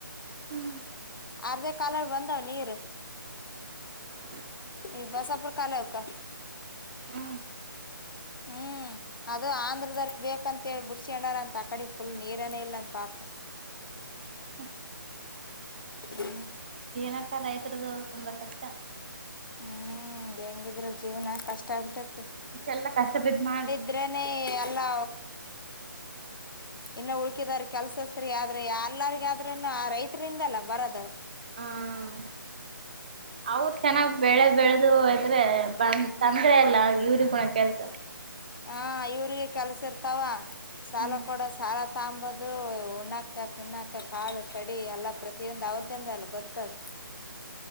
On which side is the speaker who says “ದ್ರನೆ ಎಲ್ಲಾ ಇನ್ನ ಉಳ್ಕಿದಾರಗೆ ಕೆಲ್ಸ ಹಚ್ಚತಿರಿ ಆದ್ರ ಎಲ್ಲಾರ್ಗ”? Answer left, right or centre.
Left